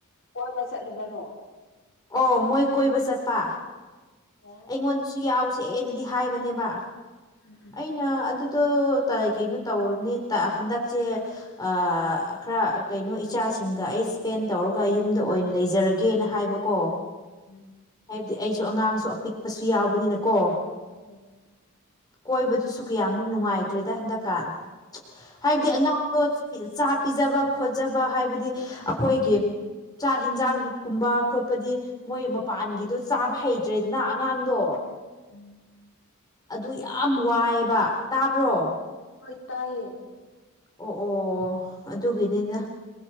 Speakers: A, on the left; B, on the left.
A: ꯀꯣꯏꯕ ꯆꯠꯅꯕꯔꯣ
B: ꯑꯣ ꯃꯣꯏ ꯀꯣꯏꯕ ꯆꯠꯄ
A: ꯑꯣ
B: ꯑꯩꯉꯣꯟꯗꯁꯨ ꯌꯥꯎꯁ ꯁꯦꯅꯗꯤ ꯍꯥꯏꯕꯅꯦꯕ
A: ꯎꯝ ꯎꯝ
B: ꯑꯩꯅ ꯑꯗꯨ ꯑꯗꯨ ꯇ ꯀꯩꯅꯣ ꯇꯧꯔꯅꯤ ꯇꯥ ꯍꯟꯗꯛꯁꯦ ꯑꯥ ꯈꯔ ꯀꯩꯅꯣ ꯏꯆꯥ ꯁꯤꯡꯒ ꯑꯩ ꯁ꯭ꯄꯦꯟ ꯇꯧꯔꯒ ꯌꯨꯝꯗ ꯑꯣꯏꯟ ꯂꯩꯖꯔꯒꯦꯅ ꯍꯥꯏꯕꯀꯣ
A: ꯎꯝ
B: ꯍꯥ꯭ꯏꯕꯗꯤ ꯑꯩꯁꯨ ꯑꯉꯥꯡꯁꯨ ꯑꯄꯤꯛꯄꯁꯨ ꯌꯥꯎꯕꯅꯤꯅꯀꯣ
A: ꯎꯝ
B: ꯀꯣꯏꯕꯗꯨꯁꯨ ꯀꯌꯥꯃꯨꯛ ꯅꯨꯡꯉꯥꯏꯇ꯭ꯔꯦꯗ ꯍꯟꯗꯛꯀꯥꯟ ꯍꯥꯏꯕꯗꯤ ꯑꯉꯥꯡꯗꯣ ꯆꯥꯛ ꯄꯤꯖꯕ ꯈꯣꯠꯆꯕ ꯍꯥꯏꯕꯗꯤ ꯑꯈꯣꯏꯒꯤ ꯆꯥꯛ ꯌꯦꯟꯖꯥꯡ ꯗꯨ ꯀꯨꯝꯕ ꯄꯗꯤ ꯃꯣꯏ ꯃꯄꯥꯟꯒꯤꯗꯣ ꯆꯥꯕ ꯍꯩꯇ꯭ꯔꯦꯗꯅ ꯑꯉꯥꯡꯗꯣ
A: ꯎꯝ
B: ꯑꯗꯨ ꯌꯥꯝ ꯋꯥꯏꯕ ꯇꯥꯕ꯭ꯔꯣ
A: ꯍꯣꯏ ꯇꯥꯏꯌꯦ
B: ꯑꯣ ꯑꯣ ꯑꯗꯨꯒꯤꯅꯤꯗ